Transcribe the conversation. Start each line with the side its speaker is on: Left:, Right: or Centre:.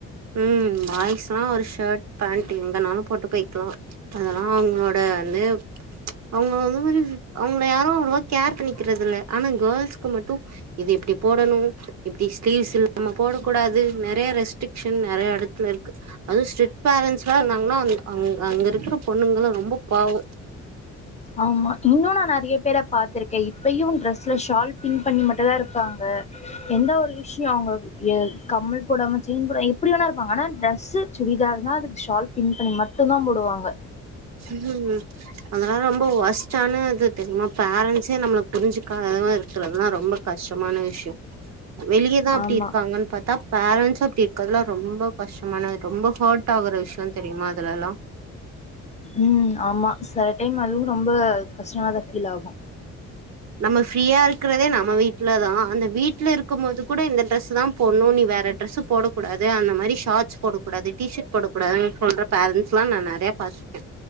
Right: உம் பாய்ஸ்லா ஒரு ஷர்ட் பேண்ட் எங்கனாலு போட்டு போய்க்கலா அதெல்லா அவங்களோட வந்து ப்ச் அவுங்க வந்த மாரி அவங்கள யாரும் அவ்ளோ கேர் பண்ணிக்கிறதில்ல ஆனா கேள்ஸ்க்கு மட்டும் இது இப்படி போடணும் இப்படி ஸ்லீவ்ஸ் இல்லாம போடக்கூடாது நெறைய ரெஸ்ட்ரிக் ஷின் நெறைய எடத்துல இருக்கு அதுவு ஸ்ட்ரிக் பேரன்ஸ்லா இருந்தாங்கன்னா அங் அங் அங்கிருக்கிற பொண்ணுங்கலாம் ரொம்ப பாவம்
Left: ஆமா இன்னு நா நெறைய பேர பாத்திருக்கே இப்பையு டிரெஸ்ல ஷால் பின் பண்ணி மட்டு தா இருப்பாங்க எந்த ஒரு விஷயு அவங்க எ கம்மல் போடாம செயின் போடா எப்பிடி வேணா இருப்பாங்க ஆனா சில்க் சுடிதார் னா அதுக்கு ஷால் பின் பண்ணி மட்டு தா போ போவாங்க
Right: இன்னொன்னு அதெல்லா ரொம்ப ஒர்ஸ்ட்டானது தெரியுமா பேரண்ஸே நம்மள புரிஞ்சுக்காம இருக்கறதுல்லா ரொம்ப கஷ்டமான விஷய வெளியேதா அப்படி
Left: ஆமா
Right: இருக்காங்கன் பாத்தா பேரண்சு அப்படி இருக்கறதுலா ரொம்ப கஷ்டமான ரொம்ப ஹட் ஆகுற விஷய தெரியுமா அதுலல்லா
Left: உம் ஆமா செல டைம் அதுவு ரொம்ப கஸ்டமாதா ஃபீல் ஆகு
Right: நம்ம ஃப்ரீயா இருக்கிறதே நம்ம வீட்ல தா அந்த வீட்டுல இருக்கும் போது கூட இந்த டிரெசு தா போடணு நீ வேற டிரெசு போடக்கூடாது அந்த மாரி ஷார்ட்ஸ் போடக்கூடாது டி ஷர்ட் போடகூடாதுன்னு சொல்ற பேரண்ட்ஸ் ல்லா நா நெறைய பாத்துருக்கே